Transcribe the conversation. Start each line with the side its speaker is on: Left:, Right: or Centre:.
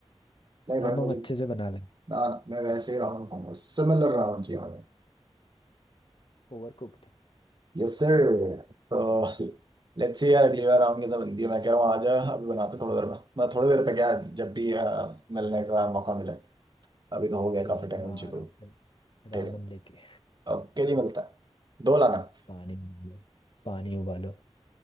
Right: नहीं भाई
Left: अब
Right: मुझे
Left: हम अच्छे से बना लेंगे
Right: ना मैं वैसे ही रावण खाऊंगा सिमिलर रावण चाहिए
Left: Over cooked
Right: Yes sir तो लेट्स सी यार अगली बार आऊंगी तो बनती है मैं कह रहा हूँ आ जा अभी बनाते थोड़ी देर में मैं थोड़ी देर पे क्या जब भी अ, मिलने का मौका मिले अभी तो हो गया
Left: ठीक
Right: काफी टाइम
Left: है मैं
Right: उनसे
Left: आ
Right: तो
Left: रहा हूँ फिर
Right: ठीक
Left: रामन
Right: है
Left: लेके
Right: ओके जी मिलता है दो लाना
Left: पानी पानी उबालो